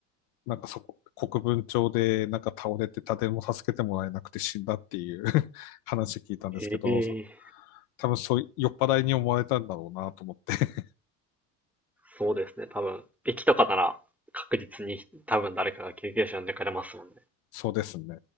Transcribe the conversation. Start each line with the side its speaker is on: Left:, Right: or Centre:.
Left: なんかそこ、国分町でなんか倒れて誰も助けてもらえなくて死んだっていう <laughs> 話聞いたんですけど、
Centre: ええ
Left: 多分そう、酔っ払いに思われたんだろうなと思って。<laughs>
Centre: そうですね、多分。駅とかなら確実に多分誰かが救急車呼んでくれますもんね。
Left: そうですね。